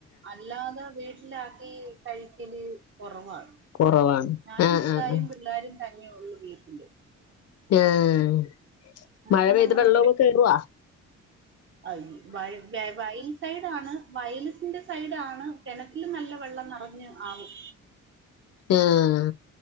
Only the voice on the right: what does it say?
അല്ലാതെ വീട്ടിലാക്കി കഴിക്കല് കുറവാാണ്
ഞനും
ഇത്തായും
പിള്ളാരും തന്നെ യള്ളു വീട്ടില്
അങ്ങനെ
നമ്മള്
അയ് വയ വെ വയൽ സൈഡാണ് വയൽസിന്റെ സൈഡാണ് കെണറ്റിലും നല്ല വെള്ളം നെറഞ്ഞ് ആവും.